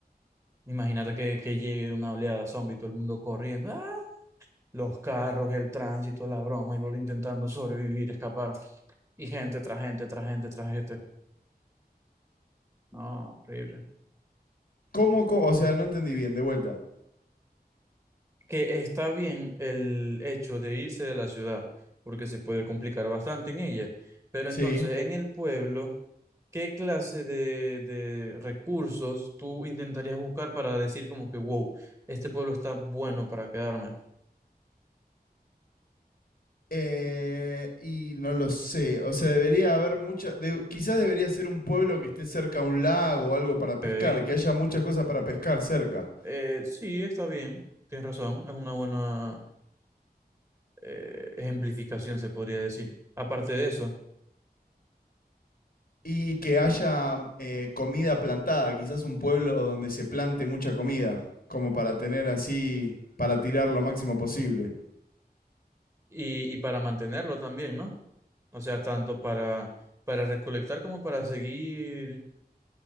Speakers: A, on the right; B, on the left.
A: Imagínate que, que llegue una oleada zombie, todo el mundo corriendo, ¡ah! Los carros, el tránsito, la broma, y vos intentando sobrevivir, escapar. Y gente tras gente, tras gente, tras gente. No, horrible.
B: ¿Cómo, cómo? O sea, no entendí bien, de vuelta.
A: Que está bien el hecho de irse de la ciudad, porque se puede complicar bastante en ella. Pero entonces,
B: Sí.
A: en el pueblo, ¿qué clase de, de recursos tú intentarías buscar para decir como que, wow, este pueblo está bueno para quedarme?
B: Eh, y no lo sé. O sea, debería haber mucha. de- quizás debería ser un pueblo que esté cerca a un lago o algo para pescar,
A: Ok.
B: que haya muchas cosas para pescar cerca.
A: Eh, sí, está bien, tienes razón, es una buena eh, ejemplificación, se podría decir. Aparte de eso,
B: Y que haya eh, comida plantada, quizás un pueblo donde se plante mucha comida, como para tener así, para tirar lo máximo posible.
A: y, y para mantenerlo también, ¿no? O sea, tanto para, para recolectar como para seguir,